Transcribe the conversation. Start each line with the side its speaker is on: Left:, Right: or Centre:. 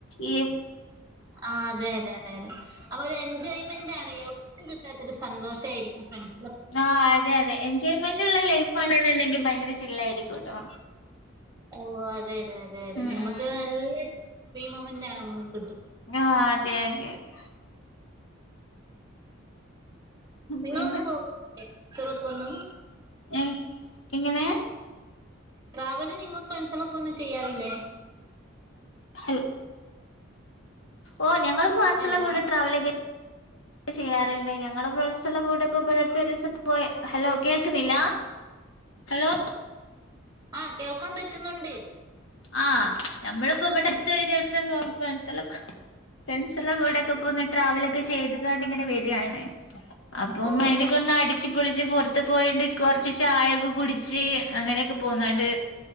Left: ഏ
Right: ആ അതെ അതെ അതെ അതെ അപ്പ ഒരു എൻജോയ്മെന്റ് ആണ് എവിടേം കിട്ടാത്ത ഒരു സന്തോഷ ആയിരിക്കും. ഫ്രണ്ട്
Left: ആ അതെ അതെ എൻജോയ്മെന്റ് ള്ള ലൈഫ് ആണുനുണ്ടങ്കിൽ ഭയങ്കര ചില്ലായിയിരിക്കും. ട്ടോ
Right: ഓ അതെ അതെ അതെ അതെ
Left: ഉം
Right: നമക്ക്
Left: ഉം
Right: നല്ലരു ഭീമോമൻറ്റാണ്. നമ്മക്ക്
Left: ആ അതെ അതെ അതെ
Right: നിങ്ങളൊന്നു
Left: പിന്നെ
Right: പോകൂല്ലേ <unintelligible> ഒന്നും
Left: എ എങ്ങനെ
Right: ട്രാവല് നിങ്ങൾ ഫ്രണ്ട്സോളപ്പന്നും ചെയ്യാറില്ലേ.
Left: ഹൽ ഓ ഞങ്ങള് ഫ്രൻസ്ല്ല
Right: ഹലോ
Left: കൂടെ ട്രാവൽക്കെ ചെയ്യാറുണ്ട്. ഞങ്ങള് ഫ്രസള്ളകൂടെ ബെടഡ്ത്ത്. ഒരൂസം പോയെ ഹലോ കേൾക്കുന്നില്ല. ഹലോ.
Right: ആ കേൾക്കാൻ പറ്റുന്നുണ്ട്.
Left: ആ നമ്മളിപ്പോ എവ്ടെ അടുത്തഒരു ദിവസം ഫ്രൻസ്ളോക്ക ഫ്രൻസ് ളെ കൂടെയൊക്കെ പോന്നിട്ട് ട്രാവലൊക്കെ ചെയ്ത്ക്കാണ്ട് ഇങ്ങനെ വരാണ്. അപ്പൊ
Right: ഓ
Left: മൈന്റ്റ്
Right: ഓ
Left: ഒന്ന് അടിച്ച് പൊളിച് പോർ അത്ത് പോയണ്ട് കുറച്ച് ചായയൊക്കെ കുടിച്ച് അങ്ങനെയൊക്കെ പോന്നാണ്ട്